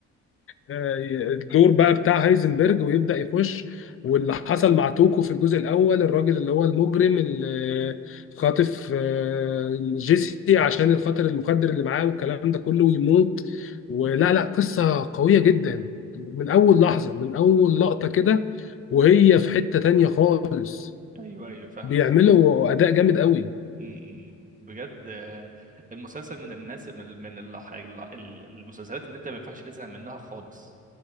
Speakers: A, on the left; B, on the right.
A: آه، الدور بقى بتاع هايزنبرج ويبدأ يخش واللي حصل مع توكو في الجزء الأول الراجل اللي هو المجرم اللي خاطف آه، جيسي عشان الخاطر المخدر اللي معاه والكلام ده كله ويموت ولا لا قصة قوية جدا من أول لحظة من أول لقطة كده وهي في حتة تانية خالص
B: ايوه ايوه فاهمك
A: بيعملوا
B: فاهم
A: أداء جامد قوي
B: أمم. امم. بجد آه، المسلسل من الناس من من الح- ال- المسلسلات اللي انت ما ينفعش تزهق منها خالص